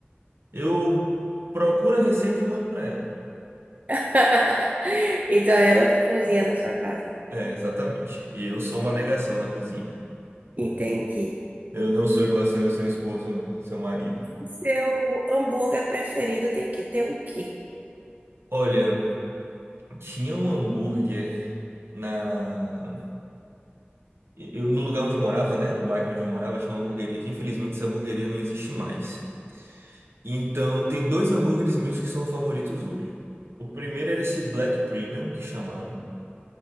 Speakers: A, on the right; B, on the right.
A: Eu procuro a receita e mando pra ela.
B: <laughs> Então é ela que cozinha na sua casa.
A: É, exatamente. E eu sou uma negação na cozinha.
B: Entendi.
A: Eu não sou igual ao seu, seu esposo, não, seu marido.
B: Seu hambúrguer preferido tem que ter o quê?
A: Olha. Tinha um hambúrguer na. Eu, no lugar onde eu morava, né? No bairro onde eu morava, tinha uma hamburgueria que infelizmente essa hamburgueria não existe mais. Então tem dois hambúrgueres meus que são favoritos hoje. O primeiro era esse Black Premium, que chamava,